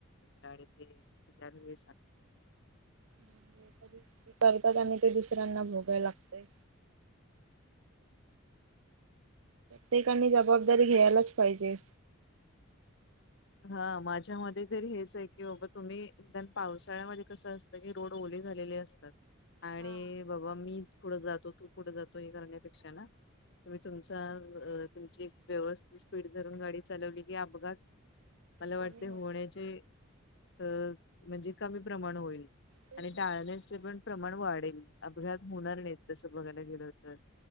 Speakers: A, on the left (about 55°); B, on the right (about 80°).
A: आणि ते <unintelligible> झाले
B: म्हणजे करतात आणि ते दुसऱ्यांना भोगायला लागतय. त्येकानी जबाबदारी घ्यायलाच पाहिजे.
A: हा माझ्या मते तरी हेच आहे की बाबा तुम्ही. देन पावसाळ्यामध्ये कसं असतं की रोड ओले झालेले असतात. आणि
B: हा
A: बाबा मी पुढ जातो तू पुढ जातो हे करण्यापेक्षा ना. तुम्ही तुमचा अ तुमची एक व्यवस्थित स्पीड धरून गाडी चालवली की अपघात मला
B: कमी
A: वाटते होण्याचे
B: होत
A: अ म्हणजे कमी प्रमाण होईल.
B: तेच
A: आणि टाळण्याचे
B: ना
A: पण प्रमाण वाढेल अपघात होणार नाहीत तसं बघायला गेलं तर.